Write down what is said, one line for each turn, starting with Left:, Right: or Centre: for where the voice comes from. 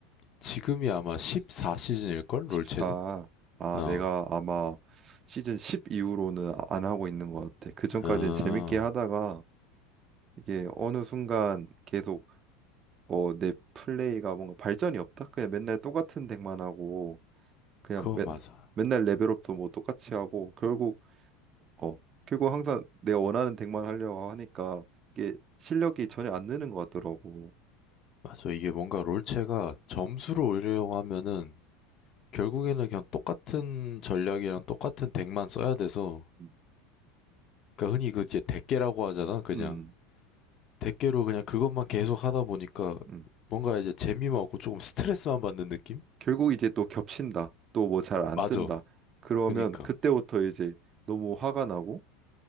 Left: 지금이 아마 14시즌일걸?
Right: 14.
Left: 롤챔은?
Right: 아,
Left: 어.
Right: 내가 아마 시즌 10 이후로는 아- 안 하고 있는 것 같아. 그 전까지는
Left: 아,
Right: 재밌게 하다가 이게 어느 순간 계속 어, 내 플레이가 뭔가 발전이 없다. 그냥 맨날 똑같은 덱만 하고 그냥
Left: 그건
Right: 맨,
Left: 맞아.
Right: 맨날 레벨업도 뭐 똑같이 하고 결국 어, 그리고 항상 내가 원하는 덱만 하려고 하니까 이게 실력이 전혀 안 느는 것 같더라고.
Left: 맞아. 이게 뭔가 롤체가 점수를 올리려고 하면은 결국에는 그냥 똑같은 전략이랑 똑같은 덱만 써야 돼서
Right: 음,
Left: 그러니까 흔히 그 이제 덱계라고 하잖아. 그냥
Right: 음.
Left: 덱계로 그냥 그것만 계속 하다 보니까
Right: 음.
Left: 뭔가 이제 재미만 없고 조금 스트레스만 받는 느낌?
Right: 결국 이제 또 겹친다. 또 뭐 잘 안
Left: 맞아.
Right: 뜬다. 그러면
Left: 그니까.
Right: 그때부터 이제 너무 화가 나고